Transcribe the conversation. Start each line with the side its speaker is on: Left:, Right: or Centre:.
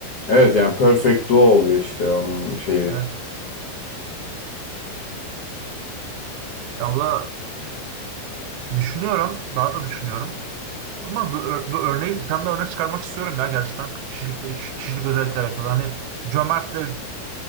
Left: Evet yani perfect duo oluyor işte onun şeyi.
Right: Evet. Ya valla düşünüyorum. Daha da düşünüyorum. Ama bu, ör- bu örneği bir tane daha örnek çıkarmak istiyorum ya gerçekten. Kişilik, kişilik özellikle alakalı. Hani cömertle